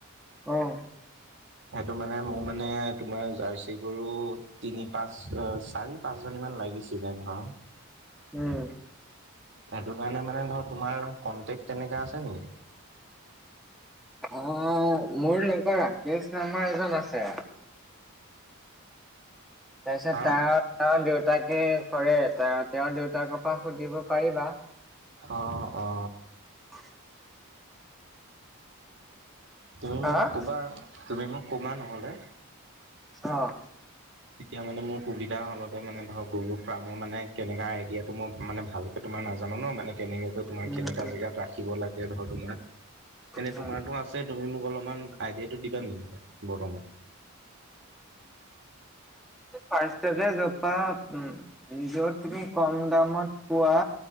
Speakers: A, in the centre; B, on the right.
A: অ।
B: <inaudible> সেইটো মানে মোৰ মানে তোমাৰ জাৰ্চি গৰু তিনি- পাঁচ, চাৰি পাঁচজনী মান লাগিছিলে ধৰ,
A: উম।
B: সেইটো কাৰণে মানে মই তোমাৰ কণ্টেক্ট তেনেকা আছে নেকি?
A: অ মোৰ লগৰ ৰাকেশ নামৰ এজন আছে। তাৰপিছত
B: হা
A: তেওঁ তেওঁৰ দেউতাকে কৰে ত তেওঁৰ দেউতাকৰ পৰা সুধিব পাৰিবা?
B: অহ অ।
A: <unintelligible> <inaudible>
B: তুমি
A: হা।
B: মোক ক'বা, তুমি মোক ক'বা নহ'লে
A: অহ।
B: তেতিয়া মানে মোৰ সুবিধা হলহেতেন মানে ধৰক গৰু ফাৰ্মৰ মানে কেনেকা আইডিয়াটো মই মানে ভাল তোমাৰ নাজানো ন মানে তেনেকেটো তোমাৰ
A: উম
B: কেনেকা
A: উম
B: জেগাত ৰাখিব লাগে ধৰ তোমাৰ, এনে
A: হয়।
B: তোমাটো আ ছে তুমি মোক অলপমান আইডিয়াটো দিবা নেকি? বৰ্তমান
A: ফাৰ্ষ্টতে যপা য'ত তুমি কম দামত পোৱা।